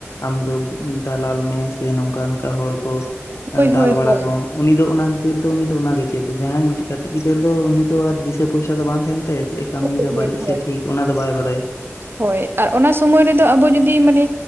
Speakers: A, on the left (about 75°); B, on the right (about 50°).
A: ᱟᱢᱫᱚ ᱫᱟᱞᱟᱞ ᱢᱮ ᱥᱮ ᱱᱚᱝᱠᱟ ᱚᱱᱠᱟ ᱦᱚᱲ ᱠᱚ
B: ᱦᱳᱭ ᱦᱳᱭ
A: ᱫᱟᱞ ᱵᱟᱲᱟ
B: ᱦᱳᱭ
A: ᱠᱚᱢ᱾ ᱩᱱᱤ ᱫᱚ ᱚᱱᱟ ᱜᱤᱫᱟᱹᱨ ᱫᱚ ᱩᱱᱤ ᱫᱚ ᱚᱱᱟᱜᱮ ᱪᱮᱫ-ᱟ ᱡᱟᱦᱟᱸᱭ ᱢᱤᱫᱴᱮᱱ ᱠᱟᱹᱴᱤᱡ ᱜᱤᱫᱟᱹᱨ ᱫᱚ ᱩᱱᱤ ᱫᱚ ᱟᱨ ᱫᱤᱥᱟᱹ ᱯᱚᱭᱥᱟ ᱫᱚ ᱵᱟᱝ ᱛᱟᱦᱮᱱ ᱛᱮ ᱪᱮᱫ ᱮ ᱠᱟᱹᱢᱤᱭ
B: ᱦᱳᱭ
A: ᱫᱟ?
B: ᱦᱳᱭ
A: ᱵᱟᱹᱲᱤᱡ
B: ᱦᱳᱭ
A: ᱥᱮ ᱴᱷᱤᱠ ᱚᱱᱟ ᱫᱚ ᱵᱟᱭ ᱵᱟᱰᱟᱭᱟ᱾
B: ᱦᱳᱭ ᱟᱨ ᱚᱱᱟ ᱥᱩᱢᱚᱭ ᱨᱮᱫᱚ ᱟᱵᱚ ᱡᱩᱫᱤ ᱢᱟᱱᱮ